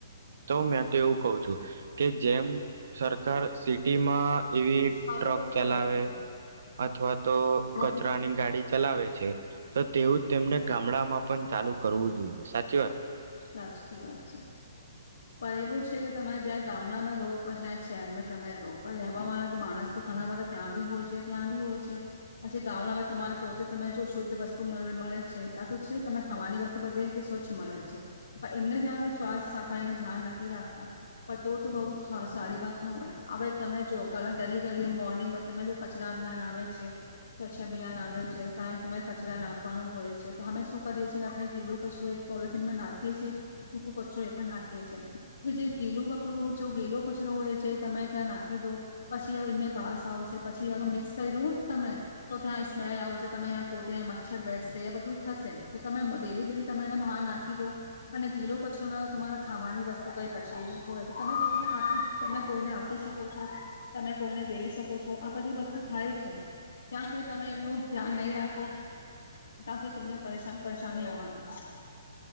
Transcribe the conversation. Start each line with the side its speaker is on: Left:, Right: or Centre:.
Right: તો મેં તો એવું કઉ છું કે જેમ સરકાર સિટીમાં એવી
Left: હા
Right: ટ્રક
Left: તો તમને
Right: ચલાવે
Left: સાચું કહો
Right: અથવા તો
Left: છો.
Right: કચરાની ગાડી ચલાવે છે, તો તેવું જ તેમને ગામડા માં પણ ચાલુ કરવું જોઈએ, સાચી વાત ને?
Left: સાચકી વાત છે. પણ એવું છે, કે તમે જ્યાં ગામડામાં રહો પ જ શહેરમાં તમે રહો પણ રહેવા વાળા તો માણસ તો ઘણા બધા ત્યાં બી હોય છે, ત્યાં બી હોય છે પછી ગામડામાં તમારે પોતે તમે જો શુદ્ધ વસ્તુ મળે છે, આ તો છે તમે ખાવાની વસ્તુ બધી રીતે સ્વચ્છ મળે છે, પણ એમને સાથે શવાસ સા સફાઈ નું ધ્યાન નથી, રાખતા પણ તો તો બઉ સારી વાત ન હોય હવે તમે જો ઘ ગલી ગલી મોર્નિંગમાં તમે જો કચરા અભિયાન આવે છે, કવચ્છ અભિયાન આવે છે, ત તમારે કચરા નાખવાનું હોય છે, તો અમે શું કરીએ છીએ, કે આપણે ગીલું કચરો એક પોલલીથીનમાં નાખી છીએ સૂકો કચરો એ પણ નાખી. કે જે ગેલું કપડું જો ગેલો કચરો હોય છે, તમે ત્યાં નાખી દો પછી એમને ભાસ આવશે પછી મિક્સ કહી દઉ તમે તો ત્યાં મેલ આવશે તમે્યાં પોતેયા મચ્છર બેઠશે બધું થશે, તો તમે ડેલી ડેલી તમે એને બહાર નાખીો અને ગીલો કચરો મે તમારા ખાવાની વસ્તુ કઈ બચેલી હોય તો તમે કોઈને આપી તમે કોઈને આપી શકો છો, તમે કોઈને દેઈ શકો છો, આ બધી વસ્તુ થાય છે, ને ત્યાં સુધી તમે એમનું ધ્યાન નહીં, રાખો ત્યાં સુધી તમને પરેશાન પરેશાની આવવાની છે.